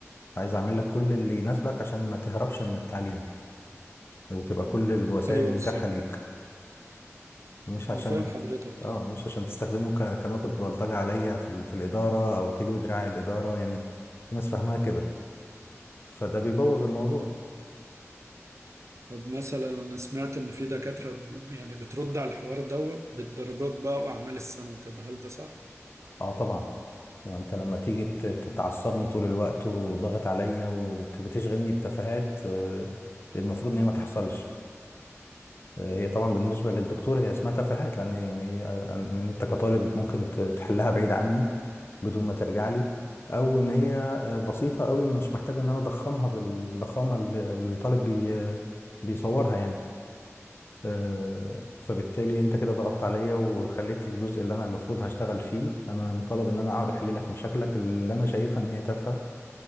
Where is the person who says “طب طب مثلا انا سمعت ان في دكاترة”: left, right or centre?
Right